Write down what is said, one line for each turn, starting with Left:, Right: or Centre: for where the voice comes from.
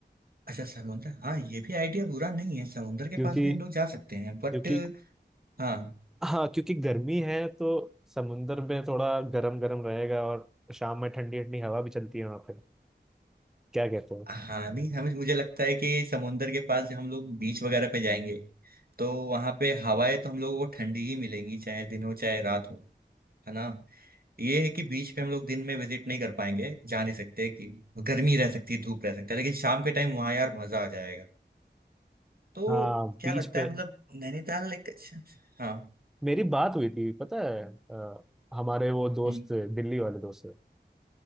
Right: अच्छा समुंदर हाँ ये भी आइडिया बुरा नहीं है समुंदर के
Centre: क्योंकि
Right: पास भी हम लोग जा सकते हैं बट
Centre: क्योंकि
Right: हाँ
Centre: हाँ क्योंकि गर्मी है तो समुंदर में थोड़ा गरम गरम रहेगा और शाम में ठंडी ठंडी हवा भी चलती है वहां पे क्या कहते हो
Right: हाँ नहीं हमें मुझे लगता है कि समुंदर के पास जब हम लोग बीच वगैरह पे जाएंगे तो वहां पे हवाएं तो हम लोगों को ठंडी ही मिलेंगी चाहे दिन हो चाहे रात हो है ना ये है कि बीच पे हम लोग दिन में विजिट नहीं कर पाएंगे जा नहीं सकते कि गर्मी रह सकती है धूप रह सकता है लेकिन शाम के टाइम वहाँ यार मजा आ जाएगा तो
Centre: हाँ
Right: क्या
Centre: बीच
Right: लगता
Centre: पे
Right: है मतलब नैनीताल एक अच्छा अच्छा। हाँ
Centre: मेरी बात हुई थी पता है अ, हमारे वो दोस्त
Right: हम्म
Centre: दिल्ली वाले दोस्त